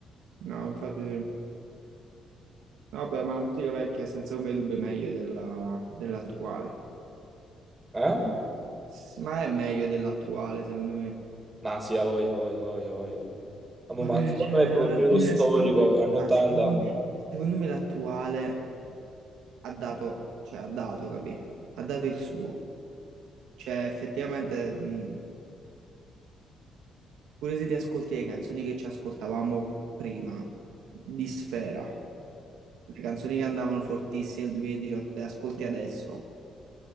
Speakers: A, on the right (about 85°); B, on the right (about 20°).
A: No, infatti sì. Vabbè, ma la musica vecchia è senza ombra di dubbio meglio della, dell'attuale.
B: Eh?
A: S- Ma è meglio dell'attuale, secondo me.
B: No, sì, ha voglia, ha voglia, ha voglia, ha voglia. Ah, boh,
A: Vabbè,
B: Ma secondo
A: cioè,
B: me è proprio
A: alla
B: il periodo
A: fine,
B: storico,
A: secondo me,
B: anni 80.
A: ah, secondo me, secondo me l'attuale ha dato, cioè ha dato, capì? Ha dato il suo. Cioè, effettivamente, mh, pure se ti ascolti le canzoni che ci ascoltavamo prima di Sfera, le canzoni che andavano fortissime nel 2018, te le ascolti adesso,